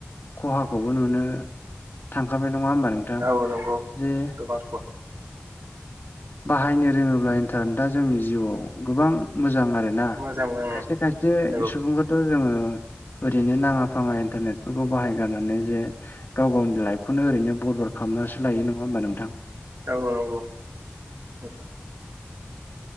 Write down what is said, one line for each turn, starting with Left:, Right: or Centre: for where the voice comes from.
Left: खहाखौबो नुनो। थांखानाय नङा होमबा नोंथां
Right: औ नंगौ
Left: जे
Right: गोबां
Left: बाहायनो रोङोब्ला। ओ दा जोंनि जिउआव गोबां मोजां आरोना
Right: मोजां
Left: खायसे खायसे
Right: नंगौ
Left: सुबुंफोर थ' जोङो ओरैनो नाङा फाङा इन्टारनेटफोरखौ बाहायगारनानै जे गाव गावनि लाइफखौनो ओरैनो बरबाद खालामनासो लायो नंङा होमबा नोंथां
Right: औ औ नंगौ नोंथां